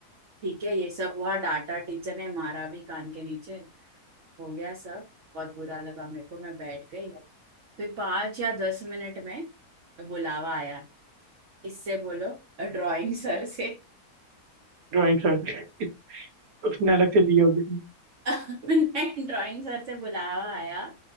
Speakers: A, on the right; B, on the right.
A: ठीक है ये सब हुआ डांटा टीचर ने मारा भी कान के नीचे हो गया सब बहुत बुरा लगा मेरे को मैं बैठ गई फिर पाँच या दस मिनट में बुलावा आया इससे बोलो ड्राइंग सर से
B: ड्राइंग सर से उसने अलग से ली होगी
A: मैंने ड्राइंग सर से बुलावा आया